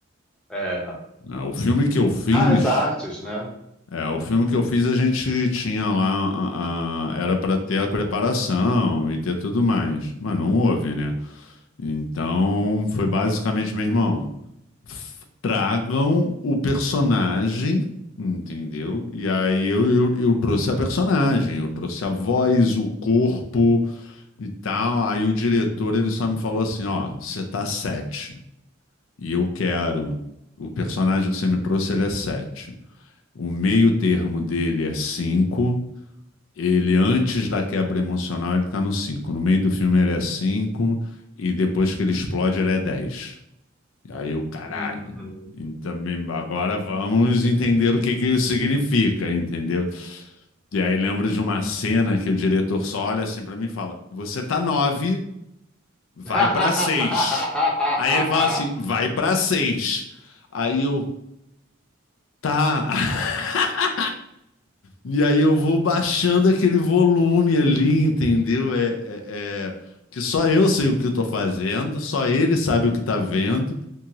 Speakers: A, in the centre; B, on the left (about 75°).
A: É.
B: Ah, O filme que eu fiz,
A: Ah, as artes, né?
B: é, o filme que eu fiz a gente tinha lá, a- a- era para ter a preparação e ter tudo mais, mas não houve, né? Então foi basicamente, meu irmão, f- tragam o personagem Entendeu? E aí eu, eu, eu trouxe a personagem, eu trouxe a voz, o corpo, e tal. Aí o diretor ele só me falou assim, ó, você tá sete e eu quero. O personagem que você me trouxe ele é sete. O meio termo dele é cinco. Ele antes da quebra emocional ele tá no cinco. No meio do filme ele é cinco e depois que ele explode ele é dez. E aí eu, caralho.
A: Uhum.
B: E também agora vamos entender o que que isso significa, entendeu? E aí lembro de uma cena que o diretor só olha assim pra mim e fala: "Você tá nove vai
A: <laughs>
B: pra seis. Aí ele fala assim, vai pra seis. Aí eu, tá. <laughs> E aí eu vou baixando aquele volume ali, entendeu? É, é- é- que só eu sei o que eu tô fazendo, só ele sabe o que tá vendo.